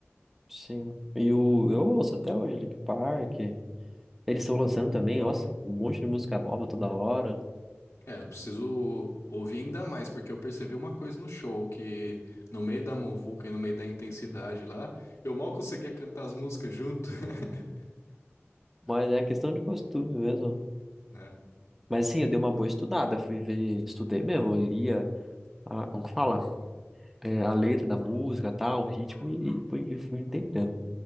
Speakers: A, in the centre; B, on the left.
A: Sim. E o, eu ouço até hoje Linkin Park. Eles estão lançando também, nossa, um monte de música nova toda hora.
B: É, eu preciso ouvir ainda mais, porque eu percebi uma coisa no show, que no meio da muvuca e no meio da intensidade lá, eu mal conseguia cantar as músicas junto. <laughs>
A: Mas é questão de costume mesmo.
B: É,
A: Mas sim, eu dei uma boa estudada, fui ver, estudei mesmo, eu lia, a, como que fala? É, a letra da música, tal, o ritmo e, e fui, e fui entendendo.